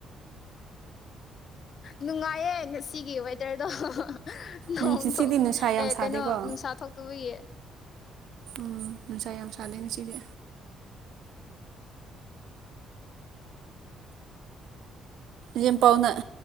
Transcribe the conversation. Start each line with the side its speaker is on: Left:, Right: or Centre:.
Left: ꯅꯨꯡꯉꯥꯏꯌꯦ ꯉꯁꯤꯒꯤ ꯋꯦꯗꯔꯗꯣ ꯅꯣꯡ
Right: ꯉꯁꯤꯗꯤ ꯅꯨꯡꯁꯥ ꯌꯥꯝ
Left: ꯑꯦ
Right: ꯁꯥꯗꯦꯀꯣ
Left: ꯀꯩꯅꯣ ꯅꯨꯡꯁꯥ ꯊꯣꯛꯇꯕꯒꯤ
Right: ꯎꯝ ꯅꯨꯡꯁꯥ ꯌꯥꯝ ꯁꯥꯗꯩ ꯉꯁꯤꯗꯤ ꯌꯦ ꯄꯥꯎꯅ